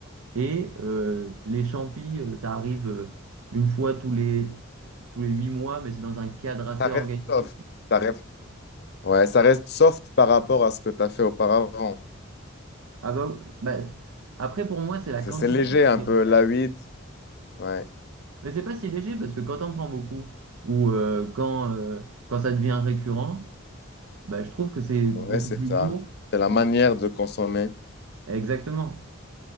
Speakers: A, on the right; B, on the left.
A: Et euh, les champis, euh, ça arrive euh, une fois tous les tous les huit mois, mais c'est dans un cadre assez
B: Ça reste
A: organisé.
B: soft. Ça reste, ouais, ça reste soft par rapport à ce que tu as fait auparavant.
A: Ah bah, ou- bah, c- après pour moi c'est la
B: C'est
A: quantité
B: c'est léger
A: qui
B: un peu,
A: est...
B: la weed. Ouais,
A: Mais c'est pas si léger parce que quand on prend beaucoup ou euh, quand, euh, quand ça devient récurrent, bah, je trouve que c'est beaucoup
B: ouais, c'est
A: plus
B: ça.
A: lourd.
B: C'est la manière de consommer.
A: Exactement.